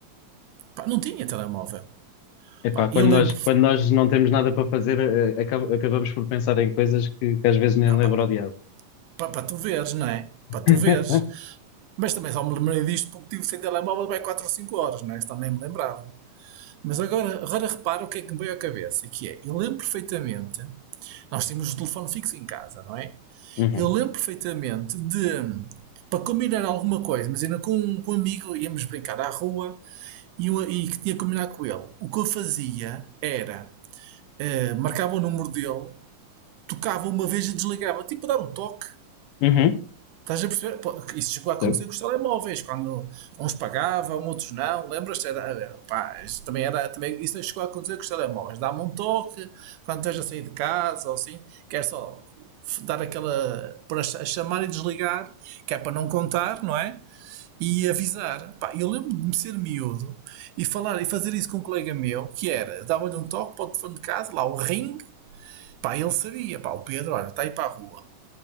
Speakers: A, on the right (about 80°); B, on the left (about 80°).
A: Pá, não tinha telemóvel.
B: Epá,
A: Pá,
B: quando
A: eu lembro.
B: nós, quando nós não temos nada para fazer, eh, acab- acabamos por pensar em coisas que, que às vezes nem
A: Ah,
B: lembro
A: pá,
B: ao diabo.
A: pá, para tu veres, não é? Para tu
B: <laughs>
A: veres. Mas também só me lembrei disto porque tive sem telemóvel bem 4 ou 5 horas, não é? Isto nem me lembrava. Mas agora, agora repara o que é que me veio à cabeça, que é, eu lembro perfeitamente, nós tínhamos o telefone fixo em casa, não é?
B: Uhum.
A: Eu lembro perfeitamente de, para combinar alguma coisa, imagina com, um, com um amigo íamos brincar à rua e, eu- e que tinha que combinar com ele. O que eu fazia era, eh, marcava o número dele, tocava uma vez e desligava, tipo dar um toque.
B: Uhum.
A: Estás a perceber? Pô, Isso chegou
B: Percebo.
A: a acontecer com os telemóveis, quando uns pagavam, outros não. Lembras-te? Era, eh, pá, isso também era, também, isso chegou a acontecer com os telemóveis. Dá-me um toque quando estás a sair de casa ou assim, que é só dar aquela. para chamar e desligar, que é para não contar, não é? E avisar. Pá, eu lembro de me ser miúdo e falar e fazer isso com um colega meu, que era, dava-lhe um toque para o telefone de casa, lá o ring, Pá, ele sabia, pá, o Pedro, olha, está aí para a rua.